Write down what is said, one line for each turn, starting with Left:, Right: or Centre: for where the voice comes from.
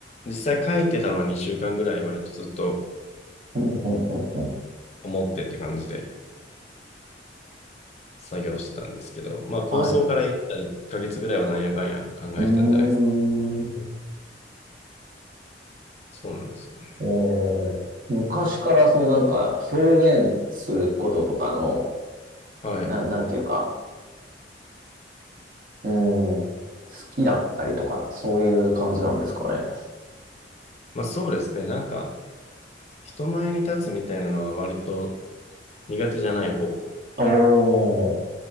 Left: 実際書いてたのは2週間ぐらい割とずっと
Right: うん、うん、うん、うん。
Left: 思ってって感じで作業してたんですけど、まあ構想から言ったら1ヶ月ぐらいはなんやかんや考えてたんじゃないですか。
Right: はい。うーん。
Left: そうなんですよね。
Right: えー、昔からそのなんか表現することとかの
Left: はい。
Right: な、なんていうか、うーん、好きだったりとか、そういう感じなんですかね。
Left: まあそうですね。なんか人前に立つみたいなのは割と苦手じゃない方
Right: おー、